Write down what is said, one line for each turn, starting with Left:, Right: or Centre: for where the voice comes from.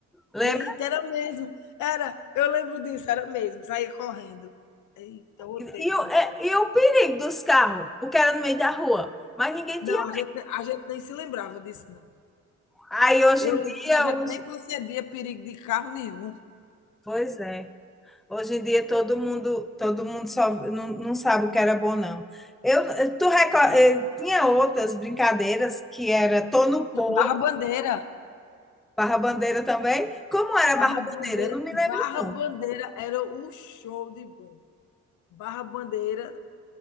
Centre: lembra?
Left: Eita, era mesmo. Era, eu lembro disso, era mesmo, saía correndo. Eita, o
Centre: E,
Left: tempo
Centre: o,
Left: bom.
Centre: é- e o perigo dos carros, porque era no meio da rua, mas ninguém
Left: Não,
Centre: tinha.
Left: a gente, ne- a gente nem se lembrava disso, não.
Centre: Aí hoje
Left: Eu
Centre: em
Left: lembro
Centre: dia,
Left: que a gente
Centre: os...
Left: nem percebia perigo de carro nenhum.
Centre: pois é. Hoje em dia todo mundo, todo mundo só não, não sabe o que era bom, não. Eu, eh, tu reco-
Left: É.
Centre: eh, tinha outras brincadeiras que era tô no pô,
Left: Barra Bandeira.
Centre: barra bandeira também. Como era
Left: Barra
Centre: barra bandeira?
Left: Bandeira,
Centre: Eu não me
Left: Barra
Centre: lembro não.
Left: Bandeira era o show de bom. Barra Bandeira